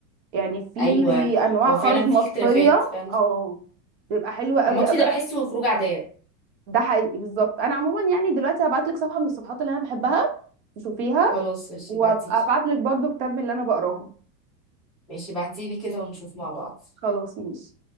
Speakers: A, on the right; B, in the centre.
A: يعني في
B: أيوة
A: انواع
B: هو
A: خرز
B: فعلا
A: مطفية
B: في اختلافات فعلا
A: اه بتبقى حلوة قوي
B: هو المطفي
A: قوي
B: ده بحسه
A: قوي
B: خروج عادية
A: ده حقيقي بالظبط انا عموما يعني دلوقتي هبعت لك صفحة من الصفحات اللي انا بحبها تشوفيها
B: خلاص ماشي
A: وابقى
B: بعتيلي
A: ابعت لك برضو كتاب من اللي انا بقراهم
B: ماشي بعتيلي كده ونشوف مع بعض
A: خلاص ماشي